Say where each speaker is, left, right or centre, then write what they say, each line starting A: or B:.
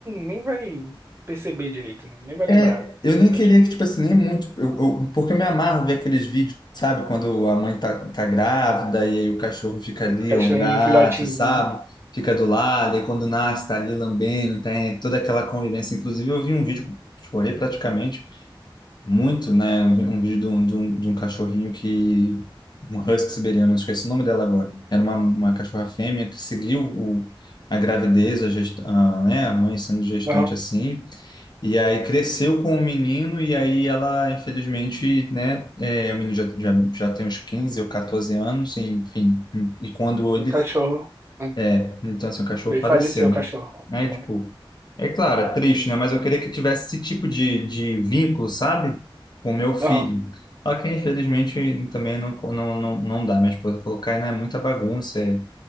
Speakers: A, on the right (about 25°); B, on the left (about 50°).
A: nem vai perceber direito, né? Nem vai lembrar.
B: É, eu nem queria
A: Acho.
B: que, tipo assim, nem muito, eu, eu- porque eu me amarro ver aqueles vídeos, sabe, quando a mãe tá, tá grávida e aí o cachorro fica
A: Aí
B: ali,
A: o cachorrinho,
B: ou o gato,
A: um filhotinho.
B: sabe,
A: um,
B: fica do lado, e quando nasce tá ali lambendo, tem toda aquela convivência. Inclusive, eu vi um vídeo, chorei praticamente muito, né, um, vi- um vídeo de um, de um, de um cachorrinho que, um husky siberiano, esqueci o nome dela agora, era uma, uma cachorra fêmea que seguiu o, a gravidez, a, gesta, a, né, a mãe sendo gestante
A: Aham.
B: assim, e aí cresceu com o menino, e aí ela, infelizmente, né, é, o menino já, já, já tem uns 15 ou 14 anos, e, enfim, e quando
A: O
B: ele,
A: cachorro. Aham.
B: é, então assim, o cachorro
A: Veio
B: faleceu,
A: falecer o
B: né?
A: cachorro.
B: Aí,
A: Aham.
B: tipo, é claro, é triste, né? Mas eu queria que eu tivesse esse tipo de, de vínculo, sabe? Com o meu filho.
A: Aham.
B: Só que, infelizmente, também não, não, não, não dá. Minha esposa falou, Caio, é muita bagunça, é,